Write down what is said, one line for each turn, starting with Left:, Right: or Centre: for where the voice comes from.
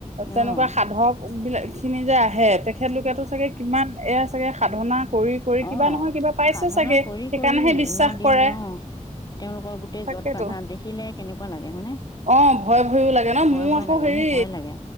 Right: তেনেকুৱা
Left: অ',
Right: সাধক বিলাকখিনি যে আহে, তেখেত লোকেতো চাগে, কিমান, এ, চাগে, সাধনা কৰি কিবা
Left: অ',
Right: নহয়, কিবা পাইছে,
Left: সাধনা
Right: চাগে।
Left: কৰি
Right: সেইকাৰণেহে
Left: কৰি
Right: বিশ্বাস
Left: ইমান দিন
Right: কৰে,
Left: অ', তেওঁলোকৰ গোটেই
Right: তাকেতো।
Left: য'ত বান্ধা দেখিলে কেনেকুৱা লাগে হয়নে
Right: অ', ভয়-ভয়ও লাগে, ন?
Left: ভয়
Right: মোৰ
Left: ভয়
Right: আকৌ,
Left: লাগে
Right: হেৰি,
Left: মোৰ ভয় লাগে